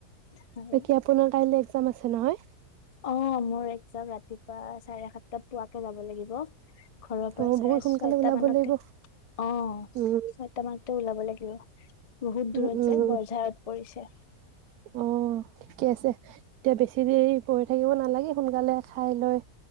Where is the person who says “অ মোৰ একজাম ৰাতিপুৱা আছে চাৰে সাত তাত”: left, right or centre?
Left